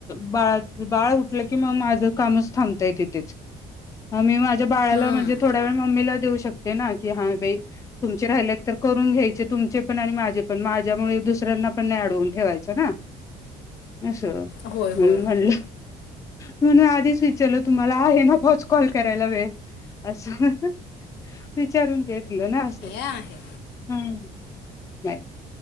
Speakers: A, on the left (about 20°); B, on the left (about 80°).
A: बाळा, बाळ उठलं की मग माझं कामच थांबताय तिथेच. मी माझ्या बाळाला
B: हम्म.
A: म्हणजे थोड्या वेळ मम्मीला देऊ शकते ना की हा बाई तुमचे राहिलेत तर करून घ्यायचे तुमचे पण आणि माझे पण माझ्यामुळे दुसऱ्यांना पण नाही अडवून ठेवायचं ना. असं
B: होय
A: म्हणून
B: होय
A: म्हणलं म्हणून आधीच विचारलं तुम्हाला आहे ना पोच कॉल करायला वेळ असं विचारून घेतलं ना असं.
B: आहे‌.
A: हम्म, नाही